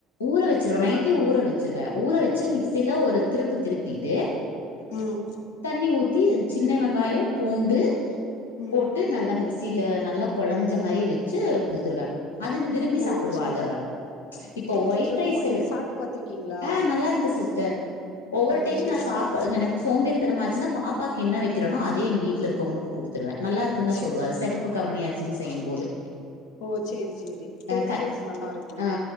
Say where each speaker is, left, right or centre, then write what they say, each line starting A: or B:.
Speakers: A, on the left (about 80°); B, on the left (about 60°).
A: ஊற வச்சுருவே
B: ஆ
A: நைட்டே ஊற வச் ச்சுருவே ஊற வச்சு மிக்சில ஒரு திருப்பு திருப்பிட்டு
B: ம்
A: தண்ணி ஊத்தி சின்ன வெங்காயம் பூண்டு
B: ம்
A: போட்டு நல்லா மிக்ஸ் சில நல்லா கொழஞ்ச மாரி வச்சு குடுத்துருவே அதுன்ன விரும்பி
B: ஓ
A: சாப்புடுவா
B: சே
A: அத ச் இப்ப
B: டேஸ்ட்
A: ஒயிட்
B: இருக்குமோ
A: ரைஸ்ச
B: நீங்க சாப்ட்டு பாத்துருக்கீங்களா
A: ஆ நல்லா இருக்கு சிஸ்டர் ஒவ்வொரு
B: ஓ
A: டைம்
B: சேரி
A: நா சாப்ப
B: சேரி
A: எனக் சோம்பேரிதனமாச்சுனா பாக்பாக்கு என்ன வைக்கிறனோ அதே எங்க வீட்ல இருக்கிறவங்களுக்கு குடுத்துருவே நல்லா இருக்குன்னு தா
B: சேரி
A: சொல்லுவாரு
B: சே
A: செகப் ப்ப கவனி அரசில செய்யுபோது
B: ஓ சேரி சேரி
A: அ
B: டேஸ்ட்
A: கன்
B: வைஸ் நல்லா இருக்கும்ல
A: ஆ